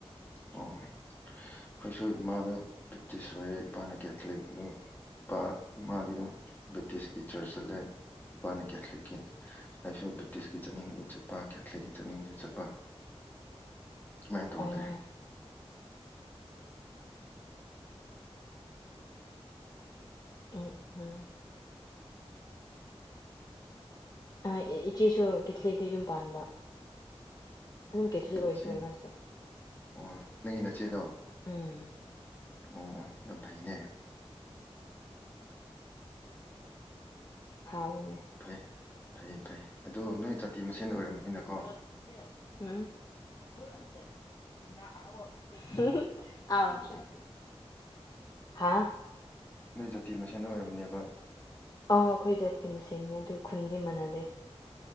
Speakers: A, on the left (about 15°); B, on the left (about 35°).
A: ꯑꯣ ꯑꯩꯈꯣꯏꯁꯨ ꯏꯃꯥꯗꯨ ꯕꯦꯞꯇꯤꯁ ꯑꯣꯏꯌꯦ ꯏꯄꯥꯅ ꯀꯦꯊꯂꯤꯛ ꯑꯗꯨ ꯏꯄꯥ ꯏꯃꯥꯗꯤ ꯑꯗꯨꯝ ꯕꯦꯞꯇꯤꯁꯀꯤ ꯆꯔꯆ ꯆꯠꯂꯦ ꯏꯄꯥꯅꯤ ꯀꯦꯊꯂꯤꯛꯀꯤ ꯑꯩꯁꯨ ꯕꯦꯞꯇꯤꯁꯀꯤ ꯆꯠꯅꯤꯡꯕꯗꯤ ꯆꯠꯄ ꯀꯦꯊꯂꯤꯛꯀꯤ ꯆꯠꯅꯤꯡꯁꯨ ꯆꯠꯄ ꯁꯨꯃꯥꯏ ꯇꯔꯥ
B: ꯑꯥ
A: ꯂꯩ
B: ꯎꯝ ꯎꯝ ꯑꯥ ꯏꯆꯦꯁꯨ ꯀꯦꯊꯂꯤꯛꯇ ꯌꯨꯝ ꯄꯥꯟꯕ ꯑꯗꯨꯝ ꯀꯦꯊꯂꯤꯛ ꯑꯣꯏꯈ꯭ꯔꯦ
A: ꯏꯆꯦ
B: ꯃꯥꯁꯨ
A: ꯑꯣ ꯅꯪꯒꯤ ꯅꯆꯦꯗꯣ
B: ꯎꯝ
A: ꯑꯣ ꯌꯥꯝ ꯐꯩꯅꯦ
B: ꯍꯥꯎꯅꯅꯦ
A: ꯐꯩ ꯐꯩꯌꯦ ꯐꯩ ꯑꯗꯣ ꯅꯣꯏ ꯖꯥꯇꯤ ꯃꯁꯦꯟ ꯑꯣꯏꯔꯝꯕꯅꯤꯅꯀꯣ
B: <unintelligible> ꯑꯥꯎꯇꯔ꯭ꯗꯤ ꯍꯥ
A: ꯅꯣꯏ ꯖꯥꯇꯤ ꯃꯁꯦꯟꯗ ꯑꯣꯏꯔꯝꯅꯦꯕ
B: ꯑ ꯑꯩꯈꯣꯏ ꯖꯥꯇꯤ ꯃꯁꯦꯟꯅꯦ ꯑꯗꯨ ꯈꯨꯟꯗꯤ ꯃꯅꯗꯦ